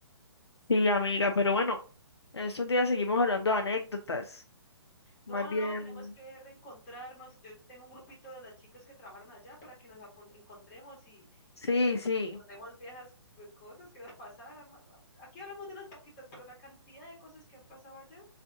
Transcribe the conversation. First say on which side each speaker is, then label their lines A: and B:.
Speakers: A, on the left; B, on the left.
A: Sí, amiga, pero bueno, estos días seguimos hablando de anécdotas. Más
B: No, no,
A: bien,
B: no, tenemos que reencontrarnos. Yo tengo un grupito de las chicas que trabajaron allá para que nos acon- encontremos y,
A: sí,
B: y recordemos
A: sí,
B: viejas cosas que nos pasaron. Aquí hablamos de unas poquitas, pero la cantidad de cosas que han pasado allá,